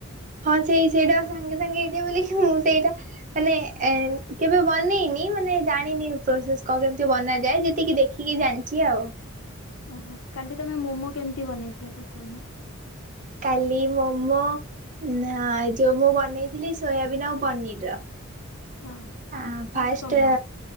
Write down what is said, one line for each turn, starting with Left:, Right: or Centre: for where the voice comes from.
Right: ହଁ ସେଇ ସେଇଟା ସାଙ୍ଗେ ସାଙ୍ଗେ ହେଇଯା ବୋଲିକି, ମୁଁ ସେଇଟା ମାନେ ଏ କେବେ ବନେଇନି, ମାନେ ଜାଣିନି ପ୍ରୋସେସ୍ କଣକେମତି ବନାଯାଏ ଯି ଯେତିକି ଦେଖିକି ଜାଣିଛି ଆଉ।
Left: ଓ ହୋ। କାଲି ତମେ ମୋମୋ କେମତି ବନେଇଥିଲ ଟିକେ କୁହନି?
Right: କାଲି ମୋମୋ, ନା ଯୋଉ ମୁଁ ବନେଇଥିଲି ସୋୟାବିନ୍ ଆଉ ପନିର୍ ର।
Left: ହଁ।
Right: ଆଁ ଫାଷ୍ଟ
Left: କଣ କଲ?